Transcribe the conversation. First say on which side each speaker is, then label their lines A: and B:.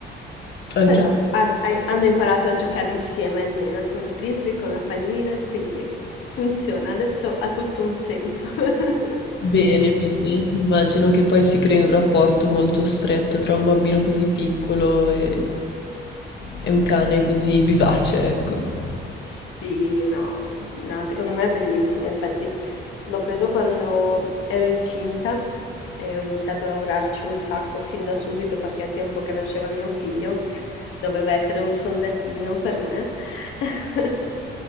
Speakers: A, on the left; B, on the left.
A: anche
B: Però ha- hai- hanno imparato a giocare insieme almeno con frisbee, con la pallina, quindi funziona, adesso ha tutto un senso. <laughs>
A: bene, bene. Immagino che poi si crei un rapporto molto stretto tra un bambino così piccolo e, e un cane così vivace, ecco.
B: Sì, no, no, secondo me è bellissimo. Infatti l'ho preso quando ero incinta e ho iniziato a lavorarci un sacco fin da subito perché a tempo che nasceva mio figlio doveva essere un soldatino per me. <laughs>